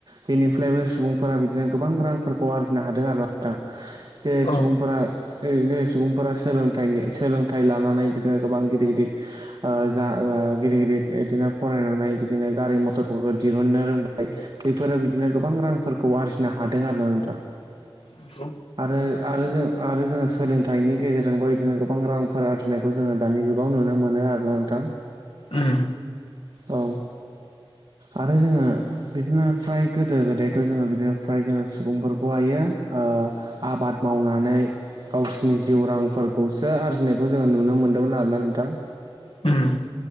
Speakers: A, on the right (about 55°); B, on the left (about 75°).
A: बेनिफ्रायबो सुबुंफोरा बिदिनो गोबां रांफोरखौ आरजिनो हादों आरोना नोंथां जे सुबुंफोरा
B: औ
A: सुबुंफोरा सोलों थाइनि सोलोंथाइ लानानै बिदिनो गोबां गिदिर गिदिर ओ जा ओ गिदिर गिदिर इदिनो फराय नानै बिदिनो गारि मथरफोरखौ दिरूननो रोंबाय बेफोरो बिदिनो गोबां रांफोरखौ आरजिनो हादों आरोना नोंथां
B: नंगौ
A: आरो आरो जों आरो जोङो सोलोंथनि गेजेरजोंबो बिदिनो गोबां रांफोर आरजिनायखौ जोङो दानि जुगाव नुनो मोनो आरोना नोंथां
B: उम
A: औ आरो जोङो बिदिनो फ्राय गोदो गोदायथ' जोङो बिदिनो फ्राय जोङो सुबुंफोरखौहायो ओ आबाद मावनानै गावसिनि जिउ रांफोर- खौसो आरजिनायखौ जोङो नुनो मोनदोंमोन आरोना नोंथां
B: उम